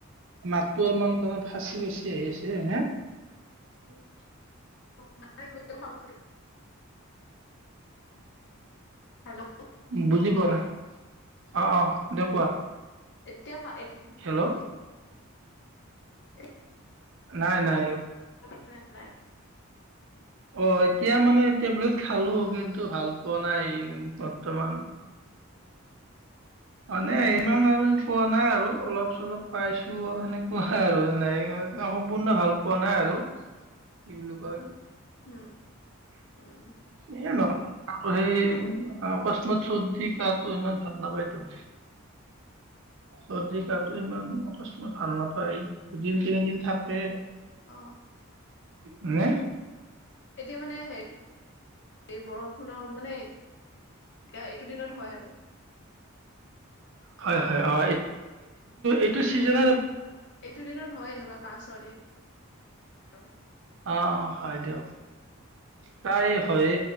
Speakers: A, on the right; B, on the left.
A: মাতটো অলপমান তাৰ মানে ফাঁচি - ফাঁচি গৈছে। টি আহি আছে হে। উম',
B: অহ ', খাব হেল্ল',
A: বুজি পোৱা নাই অহ - অহ দে কোৱা?
B: এতিয়া ভাল
A: হেল্ল'
B: এ উ
A: নাই নাই
B: ৰিপ্লাই
A: অ এতিয়া মানে টেবলেট খালো কিন্ত টো ভাল পোৱা নাই বৰ্তমান মানে ইমান আৰু পোৱা নাই আৰু অলপ চলপ পাইছো সেনেকুৱা আৰু যেনে সম্পূৰ্ণ ভাল পোৱা নাই আৰু কি বুলি কয়
B: উম উম
A: এ নহয় আৰু সেই অকস্মাত চৰ্দি কাতটো ইমান ভাল নাপায়তো। চৰ্দি কাটো ইমান অকস্মাৰ্ট ভাল নাপায় দুদিন তিনিদিন থাকে
B: অ
A: হ
B: এতিয়া মানে হে এই বৰষুণৰ মানে। এতিয়া এইটো দিনত হয় আৰু
A: হয় হয় অ এইটো চিজন
B: এইটো দিনত হয় এনেকুৱা কাহ চদি আৰু
A: অ হয় দিয়ক তাই হয়ে